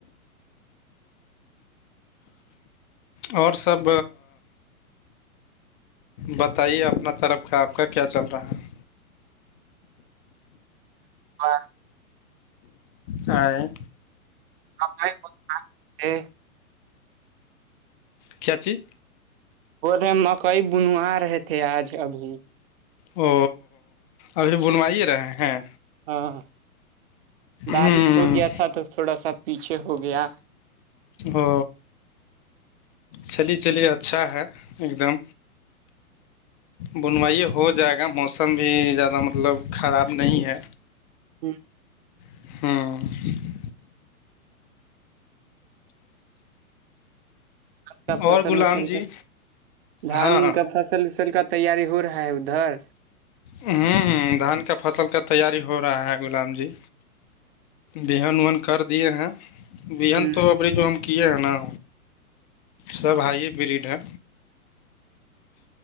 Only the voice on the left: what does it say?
اور سب بتائیے اپنا طرف کا آپ کا کیا چل رہا ہے
اور
کھیچی
او ابھی بنوائیے رہے ہیں
ہ
ا چلی چلی اچھا ہے ایک دم بنوائی ہو جائے گا موسم بھی زیادہ مطلب خراب نہیں ہے
ہاں
اور غلام
جی
ہاں
ہوں ہ دھان کا فصل کا تیاری ہو رہا ہے غلام جی بہن وہن کر دیے ہیں بین
تو ابڑ جو ہم کیے ہیں نا سب ہائی بریڈ ہے